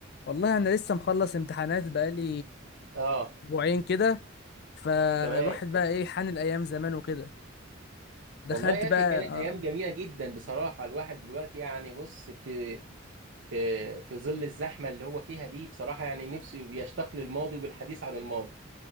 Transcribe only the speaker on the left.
والله انا لسه مخلص امتحانات بقالي
اسبوعين كده فالواحد
بقى ايه حان الايام زمان وكده دخلت
بقى
آه،